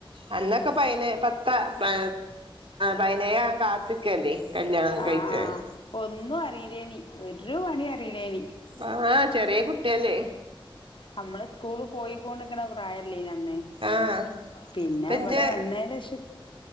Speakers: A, on the right; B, on the left.
A: അന്നൊക്കെ പൈനേ പത്ത പ പതിനേഴാം കാത്ത് ക്കല്ലേ കല്യാണം
B: ആഹ് ആഹ്
A: കൈച്ചാന്
B: ഒന്നും അറീലേയ്നി ഒരു പണി അറീലേയ്നി
A: ആഹ് ചെറിയേ കുട്ടിയല്ലേ
B: നമ്മള് സ്കൂള് പോയിക്കൊണ്ടിക്കണ പ്രായല്ലേ അന്ന്
A: ആഹ്
B: പിന്നെ
A: ഇപ്പന്റെ
B: ഇവിടെ വന്നെന് ശേഷം